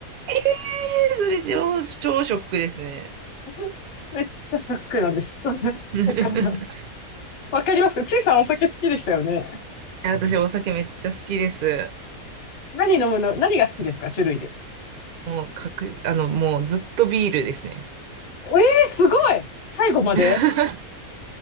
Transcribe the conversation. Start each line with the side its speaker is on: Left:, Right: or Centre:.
Right: えー、それ超、超ショックですね。
Left: <laughs> めっちゃショックなんです。<laughs> だから、
Right: <laughs>
Left: <laughs> わかりますかちいさんお酒好きでしたよね。
Right: え私、お酒めっちゃ好きです。
Left: 何飲むの、何が好きですか種類で。
Right: もう、かく、あの、もうずっとビールですね。
Left: えー、すごい最後まで
Right: <laughs>